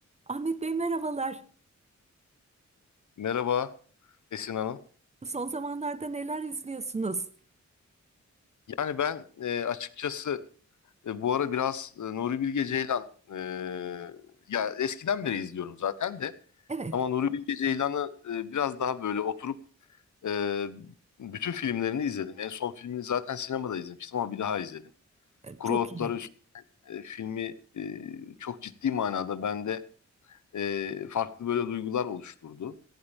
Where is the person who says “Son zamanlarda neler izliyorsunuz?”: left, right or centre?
Right